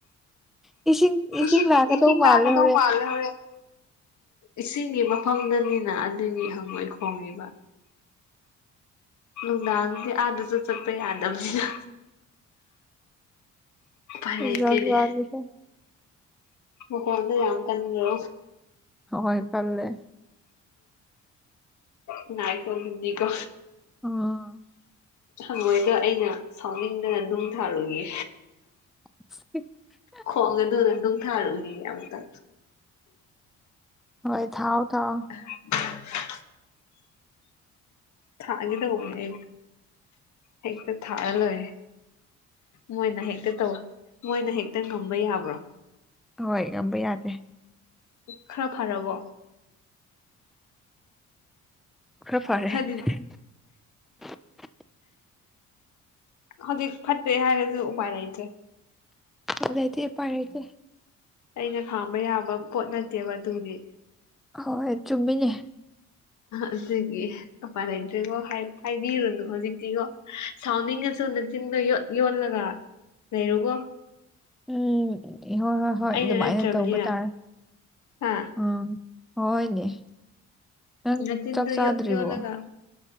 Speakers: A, in the centre; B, on the left.
A: ꯏꯁꯤꯡ
B: ꯏꯁꯤꯡ
A: ꯂꯥꯛꯀꯗꯧ
B: ꯏꯁꯤꯡ
A: ꯃꯥꯜꯂꯦ
B: ꯂꯥꯛꯀꯥꯗꯧ
A: ꯍꯣꯔꯦꯟ
B: ꯃꯥꯜꯂꯦ ꯍꯣꯔꯦꯟ ꯏꯁꯤꯡꯒꯤ ꯃꯐꯝꯗꯅꯤꯅ ꯑꯗꯨꯒꯤ ꯍꯪꯉꯣꯏ ꯈꯣꯡꯔꯤꯕ ꯅꯨꯡꯗꯥꯡꯗꯤ ꯑꯥꯗꯁꯨ ꯆꯠꯄ ꯌꯥꯗꯝꯁꯤꯅ ꯎꯄꯥꯏ ꯂꯩꯇꯦꯅꯦ
A: ꯖꯥꯠ ꯖꯥꯠꯅꯤꯀꯣ
B: ꯃꯥꯈꯣꯟꯗꯣ ꯌꯥꯝ ꯀꯟꯕ꯭ꯔꯣ
A: ꯍꯣꯏ ꯀꯜꯂꯦ
B: ꯎꯝ ꯅꯏꯈꯣ ꯑꯗꯨꯗꯤꯀꯣ
A: ꯎꯝ
B: ꯊꯡꯉꯣꯏꯗꯣ ꯑꯩꯅ ꯁꯥꯎꯅꯤꯡꯗꯅ ꯅꯨꯡ ꯊꯥꯔꯨꯒꯤꯒꯦ
A: <inaudible>
B: ꯈꯣꯡꯒꯅꯨꯅ ꯅꯨꯡ ꯊꯔꯨꯒꯤꯒꯦ ꯑꯝꯇ
A: ꯍꯣꯏ ꯊꯥꯎ ꯊꯥꯎꯑꯣ
B: <inaudible> ꯊꯥꯒꯦꯗꯧꯕꯅꯦ ꯍꯦꯛꯇ ꯊꯥꯔ ꯂꯣꯏꯔꯦ ꯃꯣꯏꯅ ꯍꯦꯛꯇ ꯇꯧ ꯃꯣꯏꯅ ꯍꯦꯛꯇ ꯉꯝꯕ ꯌꯥꯕ꯭ꯔꯣ
A: ꯍꯣꯏ ꯉꯝꯕ ꯌꯥꯗꯦ
B: ꯈꯔ ꯐꯔꯕꯣ
A: ꯈꯔ ꯐꯔꯦ
B: ꯈꯗꯤ
A: <inaudible>
B: ꯍꯧꯖꯤꯛ ꯐꯠꯇꯦ ꯍꯥꯏꯔꯁꯨ ꯎꯄꯥꯏ ꯂꯩꯇ꯭ꯔꯦ
A: ꯎꯄꯥꯏ ꯂꯩꯇꯦ ꯄꯥꯏꯔꯛꯀꯦ
B: ꯑꯩꯅ ꯈꯥꯝꯕ ꯌꯥꯕ ꯄꯣꯠ ꯅꯠꯇꯦꯕ ꯑꯗꯨꯒꯤ
A: ꯍꯣꯏ ꯆꯨꯝꯃꯤꯅꯦ
B: ꯑꯗꯨꯒꯤ ꯎꯄꯥꯏ ꯂꯩꯇ꯭ꯔꯦꯀꯣ ꯍꯥꯏ ꯍꯥꯏꯕꯤꯔꯨꯅꯨ ꯍꯧꯖꯤꯛꯇꯤꯀꯣ ꯁꯥꯎꯅꯤꯡꯉꯁꯨ ꯅꯆꯤꯟꯗꯣ ꯌꯣꯠ ꯌꯣꯠꯂꯒ ꯂꯩꯔꯣꯀꯣ
A: ꯎꯝ ꯍꯣꯏ ꯍꯣꯏ ꯍꯣꯏ
B: ꯑꯩꯅ
A: ꯑꯗꯨꯃꯥꯏꯅ
B: ꯅꯠꯇ꯭ꯔꯕꯅꯤꯅ
A: ꯇꯧꯕ ꯇꯥꯔꯦ
B: ꯍꯥ
A: ꯎꯝ ꯍꯣꯏꯅꯦ ꯅꯪ
B: ꯅꯆꯤꯟꯗꯣ
A: ꯆꯛ ꯆꯥꯗ꯭ꯔꯤꯕꯣ
B: ꯌꯣꯠ ꯌꯣꯠꯂꯒ